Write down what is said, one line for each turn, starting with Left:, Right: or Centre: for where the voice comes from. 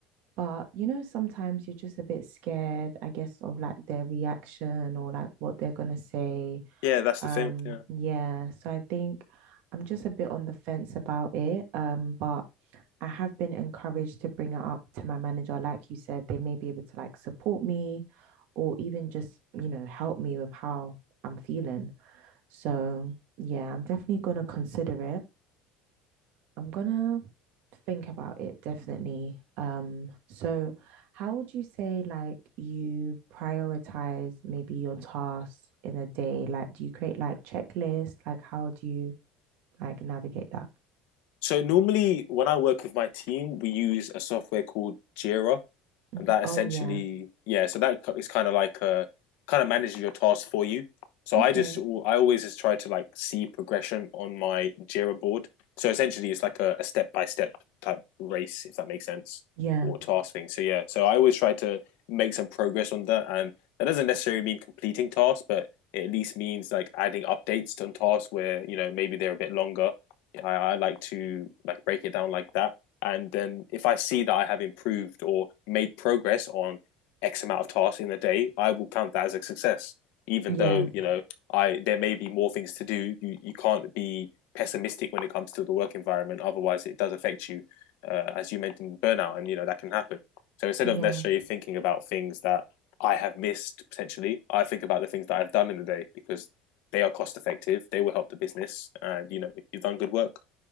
Right: but you know, sometimes you're just a bit scared, I guess, of like their reaction or like what they're gonna say.
Left: Yeah, that's
Right: Um,
Left: the thing. Yeah.
Right: yeah, so I think I'm just a bit on the fence about it. Um, but I have been encouraged to bring it up to my manager. Like you said, they may be able to like support me or even just, you know, help me with how I'm feeling. So yeah, I'm definitely gonna consider it. I'm gonna think about it definitely. Um, so how would you say like you prioritize maybe your tasks in a day? Like, do you create like checklists? Like, how do you like navigate that?
Left: So normally when I work with my team, we use a software called Jira.
Right: Mhm.
Left: and that
Right: Oh
Left: essentially
Right: yeah.
Left: yeah so that is kind of like uh kind of manages your tasks for you so
Right: Okay.
Left: i just i always just try to like see progression on my jira board so essentially it's like a, a step-by-step type race if that makes sense
Right: Yeah.
Left: or task thing so yeah so i always try to make some progress on that and that doesn't necessarily mean completing tasks but it at least means like adding updates on tasks where you know maybe they're a bit longer Yeah, I, I like to like break it down like that and then if I see that I have improved or made progress on X amount of tasks in a day, I will count that as a success. Even
Right: Yeah.
Left: though, you know, I there may be more things to do. You you can't be pessimistic when it comes to the work environment. Otherwise, it does affect you, uh, as you mentioned, burnout, and you know that can happen. So instead
Right: Yeah.
Left: of necessarily thinking about things that I have missed potentially, I think about the things that I've done in the day because they are cost effective. They will help the business, and you know you've done good work.